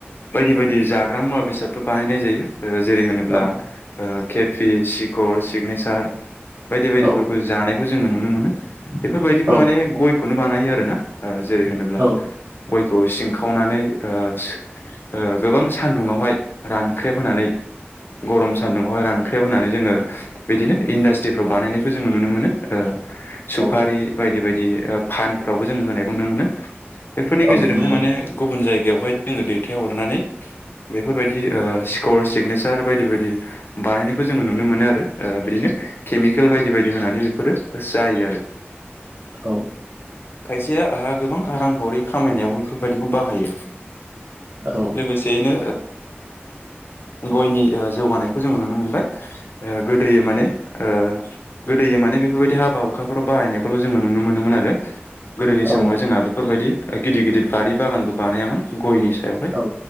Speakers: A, on the left (about 55°); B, on the right (about 55°).
A: बायदि बायदि जाग्रा मुवा बेसादफोर बाहायनाय जायो। जेरै होनोब्ला
B: औ
A: ओ केपि सिकर सिगनेसार बायदि बायदिफोरखौ
B: औ
A: जानायखौ जोङो नुनो मोनो बेफोरबायदिखौ
B: औ
A: माने गयखौनो बानायो आरो ना। जेरै होनोब्ला
B: औ
A: गय खौ सिंखावनानै ओ गोबां सान्दुंङावहाय रानख्रेब होनानै गरम सानदुंआवहाय रानख्रेबहोनानै जोङो बिदिनो इन्डास्ट्रिफ्राव बानायनायखौ जोङो नुनो मोनो। सुफारि
B: औ
A: बायदि बायदि फानफ्रावबो जोङो होनायखौ नुनो मोनो। बेफोरनि
B: औ
A: गेजेरजोंहाय
B: नंगौ
A: माने
B: नोंथां
A: गुबुन जायगायावहाय जोङो दैथायहरनानै बे बेफोरबायदि ओ स्कर सिगनेसार बायदि बायदि बानायनायखौ जोङो नुनो मोनो आरो बिदिनो केमिकेल बायदि बायदि होनानै बेफोरो जायो आरो।
B: औ।
A: खायसेयाहा गोबां रांखावरि खामायनायाव बेफोरबायदिखौ बाहायो।
B: औ
A: लोगोसेयैनो गयनि जौगानायखौ जोङो नुनो मोनबाय। गोदो माने ओ गोदो माने बेफोरबायदि हाबा हुखाफोराव बाहायनायखौल' जोङो नुनो मोनोमोन आरो। गोदोनि
B: औ
A: समावहाय जोंहा बेफोरबायदि गिदिर गिदिर बारि बागानबो बानायामोन गयनि हाय
B: औ